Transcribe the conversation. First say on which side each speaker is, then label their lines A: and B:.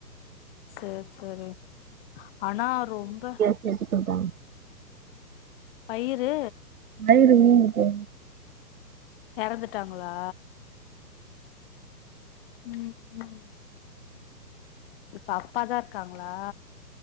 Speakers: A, on the left; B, on the right.
A: சரி சரி ஆனா ரொம்ப
B: கெட்டு போட்டா
A: பயிறு
B: வயிறு வீங்கிட்டு
A: இறந்துட்டாங்களா உம் இப்ப அப்பாதா இருக்காங்களா